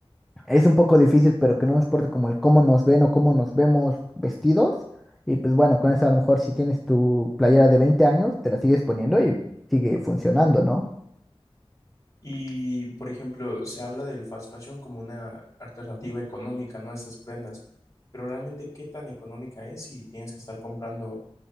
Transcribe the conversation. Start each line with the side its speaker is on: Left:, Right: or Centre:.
Centre: es un poco difícil, pero que no nos importe como el cómo nos ven o cómo nos vemos vestidos. Y pues bueno, con eso a lo mejor si tienes tu playera de 20 años, te la sigues poniendo y sigue funcionando, ¿no?
Left: Y, por ejemplo, se habla del fast fashion como una alternativa económica, ¿no? a Esas prendas. Pero realmente, ¿qué tan económica es si tienes que estar comprando?